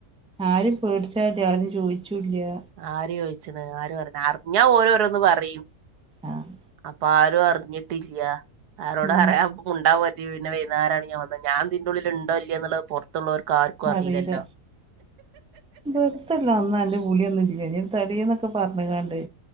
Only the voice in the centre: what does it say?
ആരുംപേട്ച്ചാല്യാ ആരും ചോയ്ച്ചുല്യാ
ആഹ്
ഉം
അറീല വെറുത്തല്ലോ അന്നാ എന്റെ വിളിയൊന്നുല്ല ഞൻ തലേന്നൊക്കെ പറഞ്ഞ്കാണ്ട്